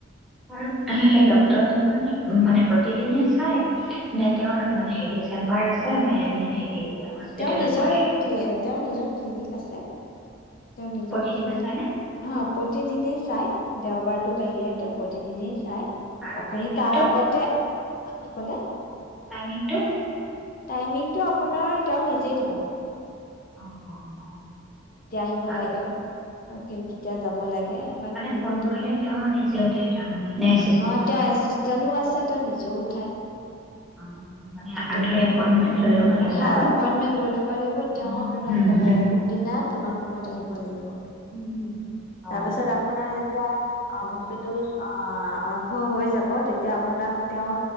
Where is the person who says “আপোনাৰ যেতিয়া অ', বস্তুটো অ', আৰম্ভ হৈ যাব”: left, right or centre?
Left